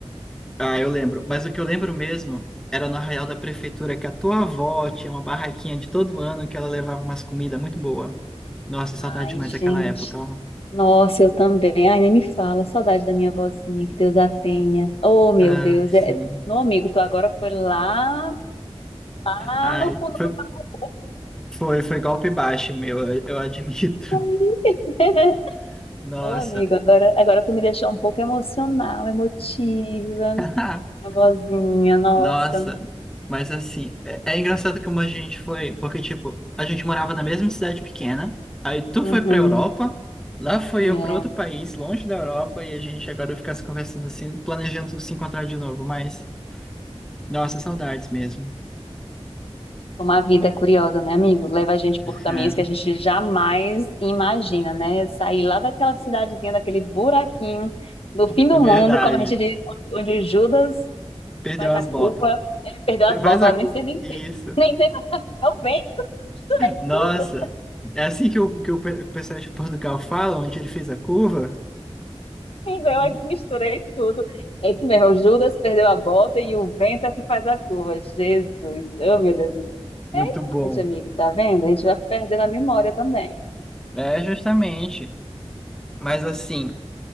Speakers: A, in the centre; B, on the left.
A: ah, eu lembro. Mas o que eu lembro mesmo era no Arraial da Prefeitura que a tua avó tinha uma barraquinha de todo ano que ela levava umas comidas muito boas. Nossa, saudade
B: Ai,
A: demais
B: gente.
A: daquela época, ó.
B: Nossa, eu também. Ai, nem me fala. Saudade da minha vozinha que Deus a tenha. Oh, meu
A: Ah,
B: Deus.
A: sim.
B: É... Não, amigo, tu agora foi lá, lá
A: Ai,
B: no fundo
A: foi,
B: do baú.
A: foi, foi golpe baixo, meu, eu, eu admito.
B: <laughs>
A: <laughs> Nossa.
B: Ô, amigo, agora, agora tu me deixou um pouco emocional, emotiva.
A: <laughs>
B: minha vozinha, nossa.
A: Nossa, mas assim, é, é engraçado como a gente foi, porque tipo, a gente morava na mesma cidade pequena, aí tu
B: Uhum.
A: foi pra Europa, lá fui
B: É.
A: eu pra outro país, longe da Europa, e a gente agora fica se conversando assim, planejando se encontrar de novo, mas nossa, saudades mesmo.
B: Como a vida é curiosa, né, amigo? Leva a gente por caminhos
A: É,
B: que a gente jamais imagina, né? Sair lá daquela cidadezinha, daquele buraquinho do fim do
A: é verdade,
B: mundo, como a gente diz, onde o Judas
A: perdeu
B: faz
A: as
B: a curva,
A: botas.
B: ele perdeu
A: Pe-
B: as
A: Faz
B: botas,
A: a
B: ela nem
A: cu...
B: sei, nem
A: Isso.
B: sei, nem sei, não, é o vento, misturei
A: Nossa,
B: tudo.
A: é assim que o, que o pe- o pessoal de Portugal fala, onde ele fez a curva?
B: Menina, Eu
A: Mu-
B: aqui misturei tudo. É isso mesmo, o Judas perdeu a bota e o vento é que faz a curva. Jesus, oh meu Deus do céu.
A: Muito
B: É
A: bom.
B: isso, amigo, tá vendo? A gente vai perdendo a memória também.
A: É, justamente. Mas assim,